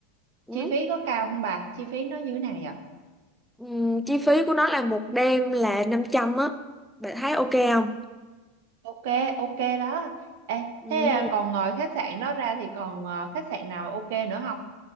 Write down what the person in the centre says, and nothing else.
ừ.
Ừ. chi phí của nó là một đêm là 500 á bạn thấy ok không
ừ.